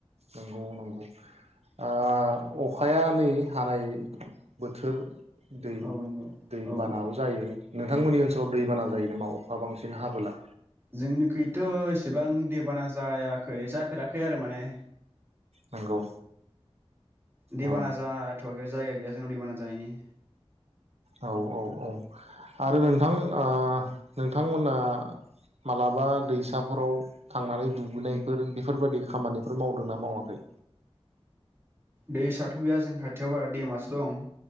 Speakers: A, on the right; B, on the right.
A: नंगौ नंगौ आ अखाया नै हानाय बोथोर दै
B: औ नंगौ
A: दै
B: औ
A: बानाबो जायो। नोंथांमोननि ओनसोलाव दैबाना जायो नामा अखा बांसिन हाबोला?
B: जोंनिखथ एसेबां दैबाना जायाखै जाफेराखै आरो माने।
A: नंगौ।
B: दैबाना
A: औ
B: जाथवाखै। जायगा गैया जोंना दैबाना जानायायनि।
A: औ औ औ आरो नोंथां नोंथांमोना मालाबा दैसाफोराव थांनानै दुगैनायफोर बेफोरबायाददि खामानिफोर मावदोंना मावाखै?
B: दै साथ गैया जोंनि खाथियाव बारा दैमासो दं।